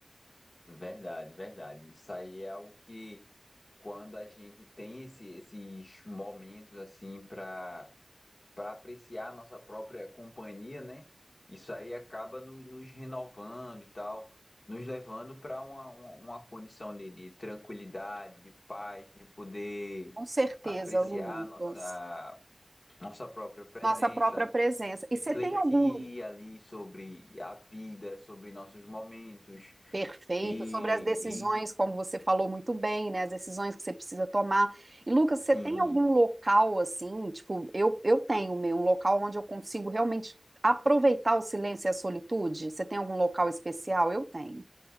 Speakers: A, on the left; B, on the right.
A: Verdade, verdade. Isso aí é algo que quando a gente tem esse- esses momentos assim para para apreciar a nossa própria companhia, né? Isso aí acaba no- nos renovando e tal, nos levando para uma, uma, uma condição de, de tranquilidade, de paz, de poder
B: com certeza,
A: apreciar
B: Lucas.
A: nossa, nossa própria presença,
B: Nossa própria presença. E
A: refletir
B: você tem algum
A: ali sobre a vida, sobre nossos momentos.
B: Perfeito,
A: E,
B: sobre as decisões,
A: e
B: como você falou muito bem, né? As decisões que você precisa tomar. E Lucas, você
A: sim,
B: tem algum local assim? Tipo, eu, eu tenho meu, um local onde eu consigo realmente aproveitar o silêncio e a solitude? Você tem algum local especial? Eu tenho.